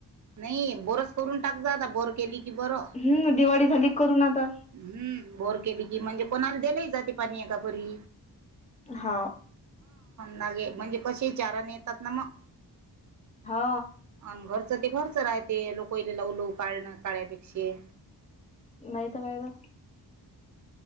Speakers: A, on the right (about 45°); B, on the left (about 15°).
A: नाही बोरस करून टाक जा बोर केली क बर हम्म
B: हम्म दिवाळी झाली करून आता
A: बोर केली की म्हणजे कोणाला दिल जाते पाणी आहेकापरी
B: हा
A: नागे म्हणजे कसे चारण येतात ना मग
B: हा
A: आणि घरचं ते खरच राहते लोक वलेलाव लव काढणं काळ्यापेक्षे
B: नाहीत कायदा